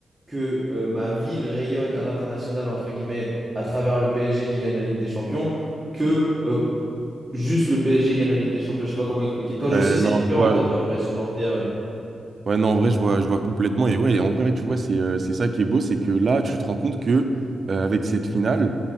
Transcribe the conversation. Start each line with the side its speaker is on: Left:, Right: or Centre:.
Centre: que euh, ma ville rayonne à l'international, entre guillemets, à travers le PSG qui gagne la Ligue des Champions, que euh, juste le PSG gagne la Ligue des Champions. Je sais pas comment expliquer. Toi, je
Right: Ouais,
Centre: sais, c'est
Right: non,
Centre: différent.
Right: je vois.
Centre: Toi,
Right: je-
Centre: t'es un vrai supporter. euh.
Right: Ouais, non, en vrai, je vois, je vois complètement. Et ouais, en vrai, tu vois, c'est euh, c'est ça qui est beau, c'est que là, tu te rends compte que euh, avec cette finale,